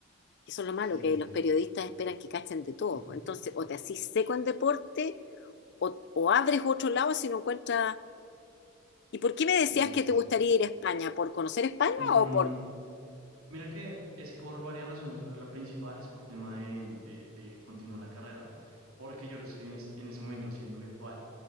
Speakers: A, on the left (about 50°); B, on the right (about 80°).
A: eso es lo malo,
B: sí,
A: que
B: sí,
A: los
B: sí.
A: periodistas esperan que cachen de
B: <laughs>
A: todo. pues. Entonces, o te asís seco en deporte o, o abres otro lado si no encuentras... ¿Y por qué me
B: Sí,
A: decías
B: sí,
A: que
B: sí.
A: te gustaría ir a España? ¿Por conocer España
B: Mm,
A: o por
B: mira que es por varias razones, pero la principal es por tema de, de, de continuar la carrera, porque yo lo estoy en, es- en ese momento haciendo virtual,